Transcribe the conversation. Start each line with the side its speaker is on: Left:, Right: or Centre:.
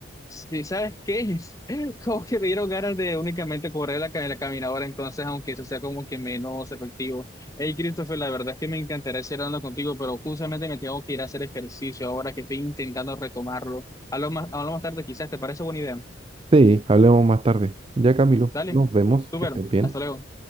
Left: Sí, ¿sabes qué? <laughs> Como que me dieron ganas de únicamente correr la, ca- la caminadora, entonces, aunque eso sea como que menos efectivo. Hey, Christopher, la verdad es que me encantaría seguir hablando contigo, pero justamente me tengo que ir a hacer ejercicio ahora que estoy intentando retomarlo. Hablo más, hablo más tarde, quizás, ¿te parece buena idea?
Right: sí, hablemos más tarde. Ya, Camilo,
Left: Dale,
Right: nos vemos,
Left: súper,
Right: que estés bien.
Left: hasta luego.